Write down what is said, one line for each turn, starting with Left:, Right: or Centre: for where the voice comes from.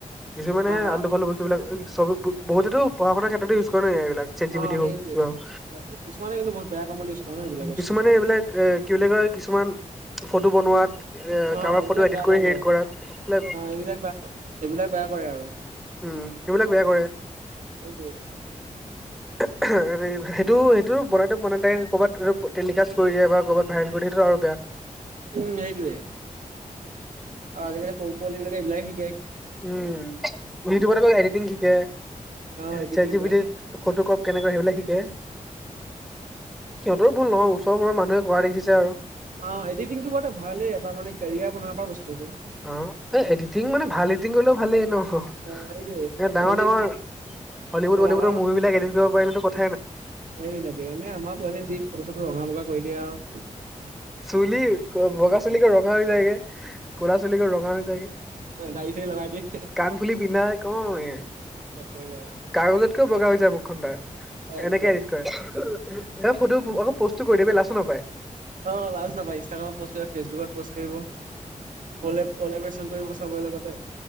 Centre: কিছুমানে
Right: হা
Centre: হে
Right: হা
Centre: আলতু ফালতূ বস্তুবিলাক চব বহুতেতো পঢ়া শুনাৰ ক্ষেত্ৰতে ইউজ কৰে এইবিলাক chat G
Right: uh
Centre: P T হওক
Right: সেইটোৱে
Centre: কিবা হওক
Right: হয়। কিছুমানে কিন্তু বহুত বেয়া কামত ইউজ
Centre: উম
Right: কৰে ন এইবিলাক বস্তু
Centre: কিছুমানে এইবিলাক এ কি বুলি কয় কিছুমান ফটো বনোৱাত
Right: অ
Centre: কাৰবাৰ
Right: এইবিলাক
Centre: ফটো এডিট
Right: বেয়া
Centre: কৰি
Right: কাম
Centre: হেৰি
Right: কৰে
Centre: কৰাত এইবিলাক
Right: এইবিলাক বা ক সেইবিলাক বেয়া কৰে আৰু।
Centre: উম এইবিলাক বেয়া কৰে
Right: সেইটোৱে।
Centre: <inaudible> সেইটো সেইটো বনাওতে বনাওতে ক'ৰবাত এইটো টেলিকাষ্ট কৰি দিয়ে বা ক'ৰবাত ভাইৰেল কৰি দিয়ে সেইটো আৰু বেয়া
Right: উম সেইটোৱে। আৰু আজিকালি সৰু পোৱলীবিলাকে এইবিলাক শিকি
Centre: উম ইউটিউবত আকৌ এডিটিং শিকে।
Right: অ এডিটিং
Centre: শ্বাত জি
Right: কৰে
Centre: পি টিত ফটো কপ কেনেকৈ সেইবিলাক শিকে সিহঁতৰ ভুল নহয় ওচৰ কোনোবা মানুহে কৰা দেখিছে আৰু।
Right: অঁ এডিটিংটো বৰ এটা ভালেই এটা মানে কেৰিয়াৰ বনাব পৰা বস্তু।
Centre: অঁ এই এডিটিং মানে ভাল এডিটিং কৰিলেও ভালেই ন এ
Right: অ সেইটোৱে
Centre: ডাঙৰ
Right: পোৱালি
Centre: ডাঙৰ
Right: যি
Centre: হলিউড বলিউডৰ
Right: ডাঙৰ
Centre: মুভি বিলাক এডিত কৰিবি পাৰিলেটো কথা
Right: এইবিলাকে এনে আমাৰ পোৱালি যি ফটো চটো ৰঙা বঙা কৰি দিয়ে আৰু
Centre: চুলি বগা চুলিকো ৰঙা হৈ যায়গে ক'লা চুলিকো ৰঙা হৈ যায়গে
Right: দাৰি চাৰি লগাই দিয়ে।
Centre: কাণফুলি পিন্ধাই কওঁ এই
Right: একেবাৰে
Centre: কাগজতকেও বগা হৈ যায় মুখখন তাৰ
Right: একদম
Centre: এনেকে এ ডিত কৰে হেই ফটো আকৌ প'ষ্টটো কৰি দিয়ে লাজো নাপায়
Right: অ লাজ নাপায় ইনষ্টাগ্ৰামত পষ্ট কৰিব ফেচবুকত পষ্ট কৰিব। কলে কলেবৰেচন কৰিব চবৰে লগতে।